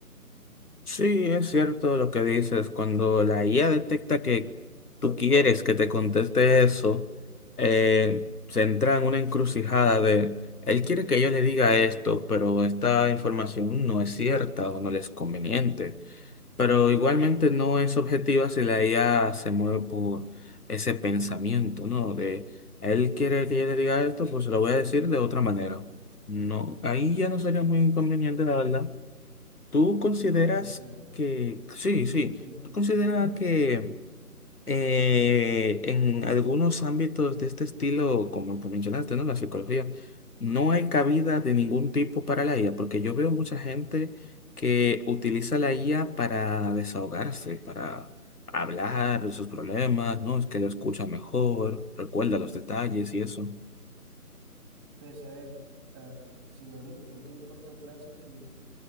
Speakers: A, on the left (about 70°); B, in the centre.
A: Sí, es cierto lo que dices. Cuando la IA detecta que tú quieres que te conteste eso, eh, se entra en una encrucijada de, él quiere que yo le diga esto, pero esta información no es cierta o no le es conveniente. Pero igualmente no es objetiva si la IA se mueve por ese pensamiento, ¿no? De él quiere que yo le diga esto, pues se lo voy a decir de otra manera. No, ahí ya no sería muy inconveniente, la verdad. ¿Tú consideras
B: Claro, o sea,
A: que, sí, sí,
B: dime.
A: tú consideras que eh, en algunos ámbitos de este estilo, como que mencionaste, ¿no? La psicología, no hay cabida de ningún tipo para la IA, porque yo veo mucha gente que utiliza la IA para desahogarse, para hablar de sus problemas, ¿no? Es que lo escucha mejor, recuerda los detalles y eso.
B: Pues a ver, ah, si lo vemos de pronto a un corto plazo, que,